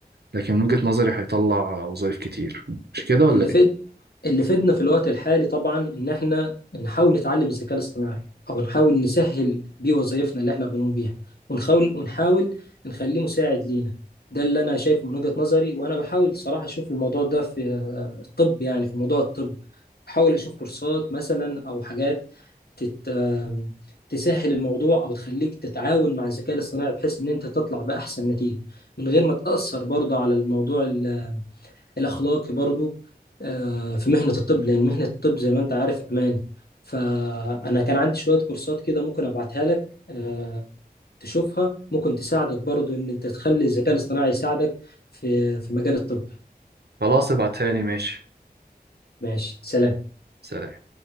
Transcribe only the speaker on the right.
لكن من وجهة نظري هيطلع وظائف كتير مش كده ولا
ايه؟
خلاص ابعتها لي ماشي
سلام